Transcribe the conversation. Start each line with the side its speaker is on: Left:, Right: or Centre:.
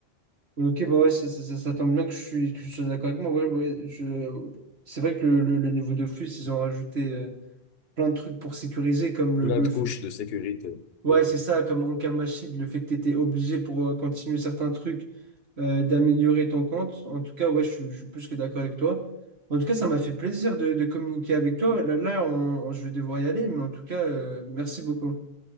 Right: Ok, bah ouais, ça, ça, ça- ça tombe bien que je suis, que je sois d'accord avec moi. Ouais, ouais, je... C'est vrai que le, le, le niveau Dofus, ils ont rajouté. plein de trucs pour sécuriser, comme le,
Left: Plein
Right: le
Left: de
Right: f-
Left: couches de sécurité.
Right: ouais,
Left: Genre,
Right: c'est ça, comme en Kamashid, le fait que tu étais obligé pour euh, continuer certains trucs euh, d'améliorer ton compte. En tout cas, ouais, je, suis je suis plus que d'accord avec toi. En tout cas, ça m'a fait plaisir de, de communiquer avec toi. Là, là, on- on- je vais devoir y aller, mais en tout cas, euh, merci beaucoup.